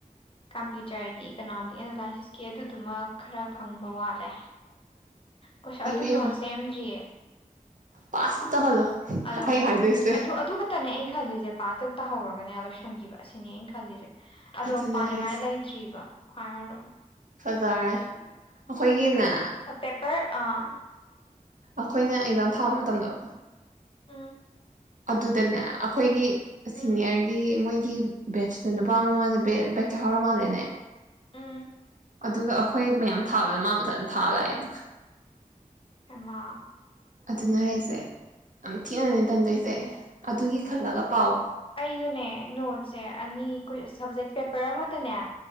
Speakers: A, on the left; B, on the right.
A: ꯀꯝꯄ꯭ꯌꯨꯇꯔꯒꯤ ꯏꯀꯣꯅꯣꯃꯤꯛ ꯑꯦꯅꯥꯂꯥꯏꯁꯤꯁꯀꯤ ꯀꯦ ꯑꯗꯨꯗꯨꯃ ꯈꯔ ꯈꯪꯕ ꯋꯥꯠꯂꯦ꯫ <unintelligible> ꯑꯗꯨ
B: ꯏꯕꯦꯝꯃ
A: ꯅꯣꯠ ꯁꯦꯝꯗ꯭ꯔꯤꯌꯦ
B: ꯄꯥꯁꯇ ꯇꯧꯍꯜꯂꯣ
A: ꯑꯗꯣ
B: ꯑꯩ ꯍꯥꯏꯗꯣꯏꯁꯦ꯫
A: ꯑꯗꯨ ꯑꯗꯨ ꯈꯛꯇꯅꯦ ꯑꯩꯅ ꯈꯜꯂꯤꯁꯦ ꯄꯥꯆꯇ ꯇꯧꯍꯧꯔꯒꯅꯦ ꯂꯣꯏꯁꯤꯟꯈꯤꯕ ꯑꯁꯤꯅꯦ ꯑꯩꯅ ꯈꯜꯂꯤꯁꯦ ꯑꯗꯣ
B: ꯑꯗꯨꯅꯦ
A: ꯄꯥꯅꯤꯉꯥꯏ
B: ꯍꯥꯏꯁꯦ
A: ꯂꯩꯇ꯭ꯔꯤꯕ ꯈ꯭ꯋꯥꯏ ꯃꯔꯨ
B: ꯐꯖꯔꯦ ꯑꯩꯈꯣꯏꯒꯤꯅꯦ
A: ꯑꯥ ꯄꯦꯄꯔ ꯑꯥ
B: ꯑꯩꯈꯣꯏꯅ ꯑꯦꯛꯖꯥꯝ ꯊꯥꯕ ꯃꯇꯝꯗꯣ
A: ꯎꯝ
B: ꯑꯗꯨꯗꯅꯦ ꯑꯩꯈꯣꯏꯒꯤ ꯁꯤꯅꯤꯌꯔꯒꯤ
A: ꯎꯝ
B: ꯃꯣꯏꯒꯤ ꯌꯨꯞ ꯕꯦꯁꯇ ꯅꯨꯄꯥ ꯑꯃ ꯃꯥꯖꯦ ꯕꯦ ꯕꯦꯛ ꯆꯍꯥꯎꯔ ꯃꯥꯜꯂꯦꯅꯦ
A: ꯎꯝ
B: ꯑꯗꯨꯒ ꯑꯈꯣꯏ ꯃꯌꯥꯝ ꯊꯥꯕꯗ ꯃꯥ ꯃꯊꯟ ꯊꯥ ꯂꯥꯑꯦ ꯑꯗꯨꯒ
A: ꯍꯩꯃ
B: ꯑꯗꯨꯅꯦ ꯍꯥꯏ ꯌꯥꯝꯊꯤꯅꯅꯦ ꯇꯟꯗꯣꯏꯖꯦ ꯑꯗꯨꯒꯤ ꯈꯜꯂꯒ ꯄꯥꯎ
A: ꯑꯩꯖꯨꯅꯦ ꯅꯣꯠꯁꯦ ꯑꯅꯤ ꯀꯨꯌꯖ ꯁꯞꯖꯦꯛ ꯄꯦꯄꯔ ꯑꯃꯗꯅꯦ